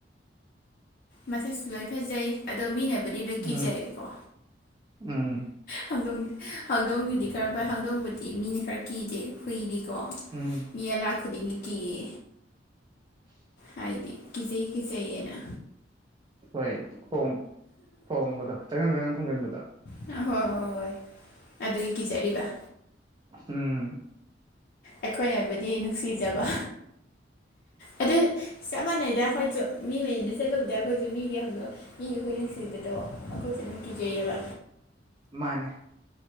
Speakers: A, on the left (about 50°); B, on the right (about 25°).
A: ꯃꯁꯦꯁꯨ ꯂꯣꯏ ꯐꯖꯩ ꯑꯗꯣ ꯃꯤꯅꯕꯨꯗꯤ ꯂꯣꯏ
B: ꯎꯝ
A: ꯀꯤꯖꯩꯌꯦꯕꯀꯣ
B: ꯎꯝ
A: ꯍꯧꯗꯣꯡ ꯍꯧꯗꯣꯡꯗꯨꯗꯤ ꯈꯔ ꯐꯩ ꯍꯧꯗꯣꯡꯕꯨꯗꯤ ꯃꯤꯅ ꯈꯔ ꯀꯤꯗꯦ ꯍꯨꯏꯗꯤꯀꯣ
B: ꯎꯝ
A: ꯃꯤ ꯑꯂꯥꯛ ꯈꯨꯗꯤꯡꯒꯤ ꯀꯤꯌꯦ
B: <inaudible>
A: ꯍꯥꯏꯗꯤ ꯀꯤꯖꯩ ꯀꯤꯖꯩꯅ
B: ꯍꯣꯏ ꯈꯣꯡ ꯈꯣꯡꯕꯗꯣ ꯆꯪꯖꯤꯟ ꯆꯪꯖꯤꯟ ꯈꯣꯡꯖꯤꯟꯕꯗꯣ
A: ꯍꯣꯏ ꯍꯣꯏ ꯍꯣꯏ ꯑꯗꯨꯒꯤ ꯀꯤꯖꯔꯤꯕ
B: ꯎꯝ
A: ꯑꯩꯈꯣꯏꯅꯕꯨꯗꯤ ꯅꯨꯡꯁꯤꯖꯕ ꯑꯗꯨ ꯆꯞ ꯃꯥꯟꯅꯩꯗ ꯑꯩꯈꯣꯏꯁꯨ ꯃꯤ ꯃꯌꯨꯝꯗ ꯆꯠꯂꯨꯕꯗ ꯑꯩꯈꯣꯏꯁꯨ ꯃꯤꯒꯤ ꯍꯧꯗꯣꯡ ꯃꯤꯒꯤ ꯍꯨꯏ ꯅꯨꯡꯁꯤꯕꯗꯣ ꯑꯩꯈꯣꯏꯁꯨ ꯑꯗꯨꯝ ꯀꯤꯖꯩꯌꯦꯕ
B: ꯃꯥꯅꯦ